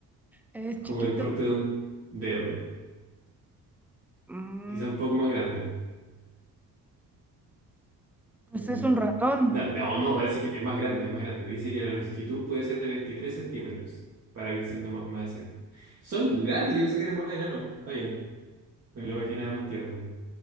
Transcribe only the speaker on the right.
Como
el porte de un dedo.
Quizá un poco más grande.
A ver.
No, no, no, parece que es más grande, es más grande. Dice que la longitud puede ser de 23 centímetros, para ir siendo más, más exacto. Son muy grandes, yo pensé que eran más enanos. Está bien, me lo imaginaba más tierno.